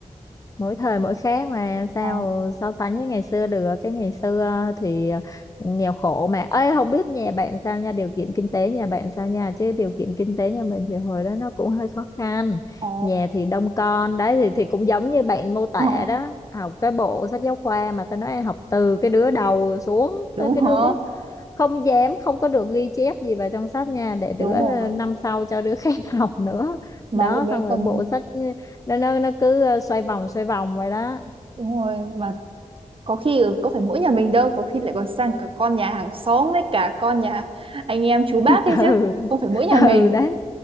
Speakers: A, on the left; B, on the right.
A: mỗi thời mỗi khác mà sao
B: Ờ,
A: so sánh với ngày xưa được cái ngày xưa ờ, thì ờ, nghèo khổ mà ơi không biết nhà bạn sao nha điều kiện kinh tế nhà bạn sao nha chứ điều kiện kinh tế nhà mình thì hồi đó nó cũng hơi khó khăn
B: ờ,
A: nhà thì đông con đấy thì thì cũng giống như bạn mô tả
B: ờ.
A: đó học cái bộ sách giáo khoa mà tao nói học từ cái đứa đầu xuống
B: đúng
A: tới cái
B: hả
A: đứa không dám không có được ghi chép gì vào trong sách nha để đứa
B: đúng
A: ờ,
B: rồi
A: năm sau cho đứa khác <laughs> học nữa
B: mà
A: đó
B: lúc đấy
A: xong rồi
B: còn
A: bộ sách ừ, nó nó nó cứ ờ, xoay vòng xoay vòng vậy đó
B: đúng rồi mà có khi ở- có phải mỗi nhà mình đâu có khi lại còn sang cả con nhà hàng xóm với cả con nhà anh em chú bác
A: <laughs>
B: ấy
A: ừ
B: chứ không phải mỗi nhà
A: ừ
B: mình
A: đấy